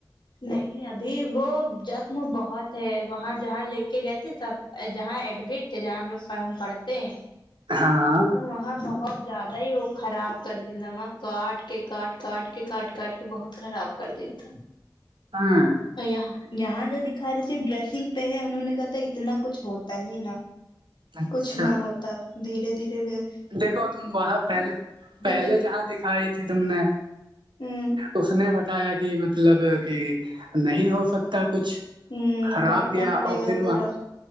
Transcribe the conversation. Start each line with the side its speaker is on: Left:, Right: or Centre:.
Left: نہیں ابھی وہ زخم بہت ہے وہاں جہاں لے کے گئے تھ تب جہاں ایڈمٹ تھے جہاں ہم لوگ ہم پڑھتے ہیں
Right: ہاں
Left: وہاں بہت زیادہ ہی وہ خراب کر دا م کاٹ کے کاٹ کاٹ کے کہ کاٹ کاٹ کے بہت خراب کر دین تھا
Right: ہاں
Left: یہاں یہاں جو دکھا رہے صرف ڈریسنگ پہ ہے انہوں نے کہا تھا اتنا کچھ ہوتا ہی نا
Right: اچھا
Left: کچھ نہ ہوتا دھیرے دھیرے میں
Right: دیکھو تم وہاں پہلے پہلے
Left: تک
Right: جہاں دکھائی تھی تم نے
Left: ہوں
Right: اس نے بتایا کہ مطلب کہ نہیں ہو سکتا کچھ
Left: ہوں
Right: خراب
Left: کاٹنا
Right: گیا
Left: پڑے
Right: اور
Left: گا
Right: پھر
Left: پورا
Right: وہ ہ